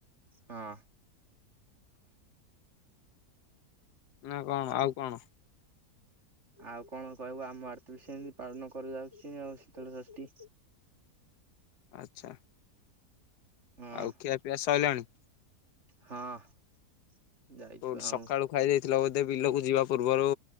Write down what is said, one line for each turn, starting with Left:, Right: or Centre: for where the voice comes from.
Right: ହଁ।
Left: ନା କଣ ଆଉ କଣ?
Right: ଆଉ କଣ କହିବୁ ଆମ ଆଡେ ତ ସେମିତି ପାଳନ କରାଯାଉଛି ଆଉ ଶୀତଳ ଷଷ୍ଠୀ।
Left: ଆଛା।
Right: ହଁ
Left: ଆଉ ଖିଆ ପିଆ ସରିଲାଣି?
Right: ହଁ। ଯାଇଛୁ
Left: ଓଠ
Right: ଆଉ
Left: ସକାଳୁ ଖାଇ ଦେଇଥିଲ ବୋଧେ ବିଲକୁ ଯିବା ପୂର୍ବରୁ